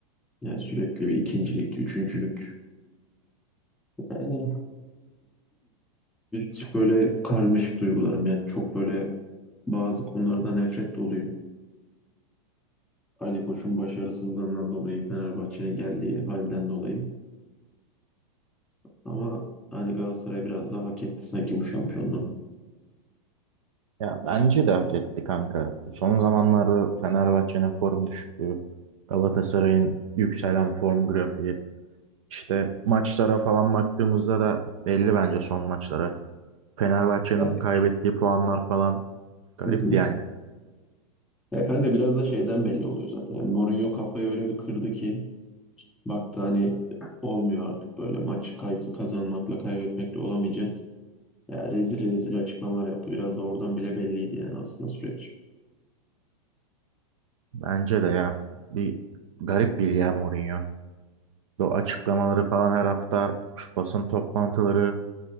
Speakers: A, in the centre; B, on the right.
A: Yani sürekli bir ikincilik, üçüncülük. Yani birazcık böyle karmaşık duygularım. Yani çok böyle bazı konularda nefret doluyum. Ali Koç'un başarısızlığından dolayı, Fenerbahçe'nin geldiği halden dolayı. Ama hani Galatasaray biraz daha hak etti sanki bu şampiyonluğu.
B: Ya bence de hak etti kanka. Son zamanlarda Fenerbahçe'nin form düşüklüğü, Galatasaray'ın yükselen form grafiği. İşte maçlara falan baktığımızda da belli bence son maçlara. Fenerbahçe'nin
A: Yani.
B: kaybettiği puanlar falan garipti
A: Hı hı.
B: yani.
A: Ya kanka biraz da şeyden belli oluyor zaten. Yani Mourinho kafayı öyle bir kırdı ki baktı hani olmuyor artık böyle maç kay- kazanmakla kaybetmekle olamayacağız. Ya rezil rezil açıklamalar yaptı. Biraz da oradan bile belliydi yani aslında süreç.
B: Bence de ya bir garip bir ya Mourinho. O açıklamaları falan her hafta şu basın toplantıları,